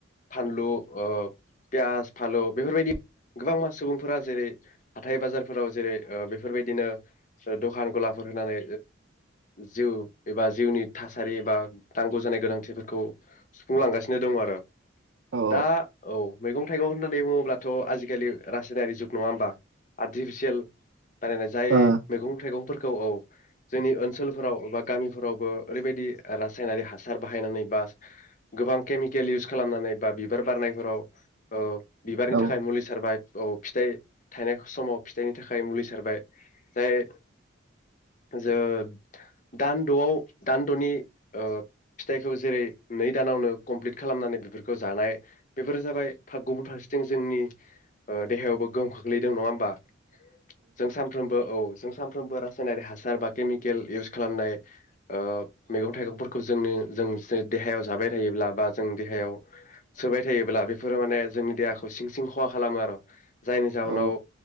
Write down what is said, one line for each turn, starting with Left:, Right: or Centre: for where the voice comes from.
Left: फानलु पियास फालौ बेफोर बायदि गोबां मा सुबुंफोरा जेरै हाथाय बाजारफोराव जेरै बेफोर बायदिनो दखान गलाफोर होनानै जिउ एबा जिउनि थासारि एबा नांगौ जानाय गोनांथिफोरखौ सुफुंलांगासिनो दङ आरो।
Right: ओ
Left: दा औ मैगं थाइगं होननानै बुङोब्लाथ' आजि खालि रासायनारि जुग नङा होमबा। आर्टिफिसियेल बानायनाय जाय
Right: औ
Left: मैगं थाइगंफोरखौ औ जोंनि ओनसोलफोराव बा गामिफोरावबो ओरैबायदि रासायनारि हासार बाहायनानै बा गोबां केमिकेल इउस खालामनानै बा बिबार बारनायफोराव ओ बिबारनि
Right: औ
Left: थाखाय मुलि सारबाय। औ फिथाइ थायनायखौ समाव फिथाइनि थाखाय मुलि सारबाय जाय जो दानद'आव दानद'नि फिथाइखौ जेरै नै दानावनो कमप्लिट खालामनानै बेफोरखौ जानाय बेफोर जाबाय गुबुन फारसेथिं जोंनि देहायावबो गोहोम खोख्लैदों नङा जों सानफ्रोमबो औ जों सानफ्रोमबो रासायनारिक हासार बा केमिकेल इउस खालामनाय ओ मैगं थाइगंफोरखौ जोंनि जों देहायाव जाबाय थायोब्ला बा जों देहायाव सोबाय थायोब्ला बेफोरो माने जोंनि देहाखौ सिं सिं खहा खालामो आरो। जायनि जाहोनाव
Right: औ